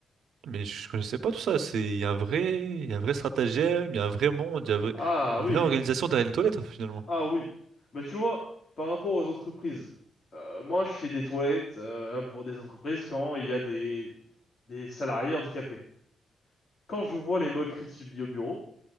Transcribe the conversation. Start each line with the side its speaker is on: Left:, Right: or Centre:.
Right: Mais je connaissais pas tout ça. C'est, il y a un vrai, il y a un vrai stratagème, il y a un vrai monde, il y a un vrai-
Left: Ah
Right: une
Left: oui,
Right: vraie organisation derrière les toilettes, finalement.
Left: ah oui. Mais tu vois, par rapport aux entreprises, euh, moi je fais des toilettes euh, pour des entreprises quand il y a des, des salariés handicapés. Quand je vois les moqueries subies au bureau,